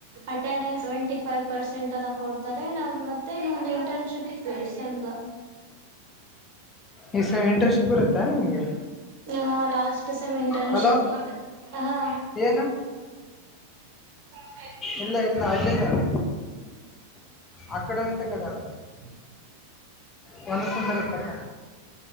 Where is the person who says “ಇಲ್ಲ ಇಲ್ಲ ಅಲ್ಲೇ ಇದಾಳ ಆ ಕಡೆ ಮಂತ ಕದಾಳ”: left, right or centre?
Left